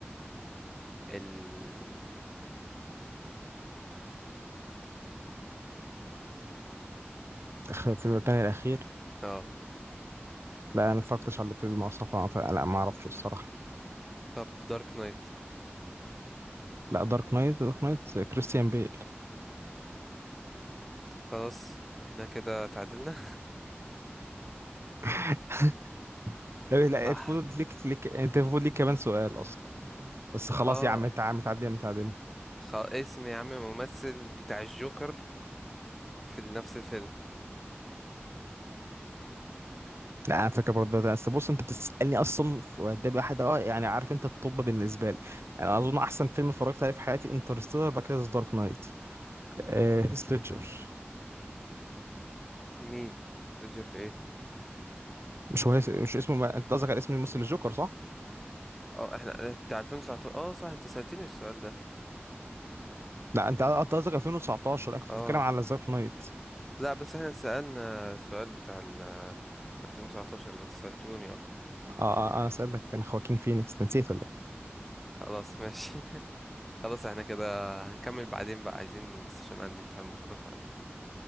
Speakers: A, in the centre; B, on the right.
A: الأخير
B: آخر- في المكان الأخير
A: اه
B: لا انا ما اتفرجتش على الفيلم اصلا فلا ما اعرفش الصراحه
A: طب دارك نايت
B: لا دارك نايت دارك نايت كريستيان بيل
A: طب خلاص احنا كده تعادلنا
B: <laughs> طب
A: <laughs>
B: لا
A: صح
B: المفروض ليك ليك انت المفروض ليك كمان سؤال اصلا بس خلاص
A: اه
B: يا عم انت عم تعدي متعدين
A: خ... اسم يا عم الممثل بتاع الجوكر في نفس الفيلم
B: لا انا فاكر برضه ده بس بص انت بتسالني اصلا في- ده واحد اه يعني عارف انت الطب بالنسبه لي يعني اظن احسن فيلم اتفرجت عليه في حياتي انترستيلر بعد كده دارك نايت آه هيث ليدجر
A: مين ليدجر في ايه
B: مش هو هيث- مش اسمه ما... انت قصدك على اسم الممثل الجوكر صح؟
A: اه احنا بتاع 2019 اه صح انت سألتني السؤال ده
B: لا انت انت قصدك 2019 انا كنت
A: اه
B: بتكلم على دارك نايت
A: لا بس احنا سألنا السؤال بتاع ال 2019 ده انت سألتوني اه
B: اه آه، آه، انا سألتك كان خواكين فينيكس نسيت ولا ايه
A: خلاص ماشي <laughs> خلاص احنا كده هنكمل بعدين بقى عايزين بس عشان عندي امتحان بكرة فنكمل